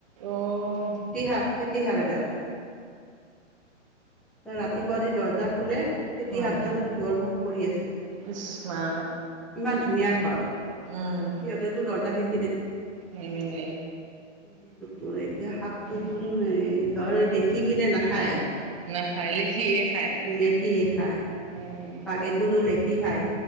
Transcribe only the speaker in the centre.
সাপ, ফেটি সাপ এদাল। ৰাতিপুৱা যি দৰ্জা খোলে ফেতি
সাপডালটো দুৱাৰ মুখত পৰি আছে,
ইমান ধুনীয়া ঘৰ,
সিহঁতেতো দৰ্জাখিনি
সেইটো তোৰ, এইতিয়া সাপ টো
টো ধৰ দেখি কিনে নাখায়,
লেখিয়ে খায়,
বাঘেটোতো লেখি খায়,